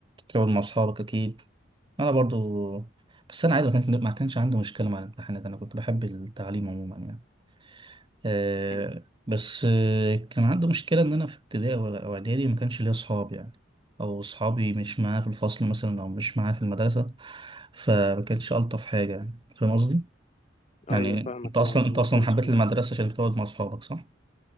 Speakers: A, on the right (about 25°); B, on the left (about 35°).
A: تقعد مع أصحابك أكيد انا برضو بس انا عادي ما كانت- ما كانش عندي مشكله مع الامتحانات انا كنت بحب التعليم عموما يعني آه،
B: مم.
A: بس آه، كان عندي مشكله ان انا في ابتدائي ولا- او اعدادي ما كانش ليا اصحاب يعني او اصحابي مش معايا في الفصل مثلا او مش معايا في المدرسه فما كانش الطف حاجه يعني فاهم قصدي يعني
B: ايوه فاهمك
A: انت اصلا
B: يعني
A: انت اصلا
B: ما كانش
A: حبيت المدرسه عشان بتقعد مع اصحابك صح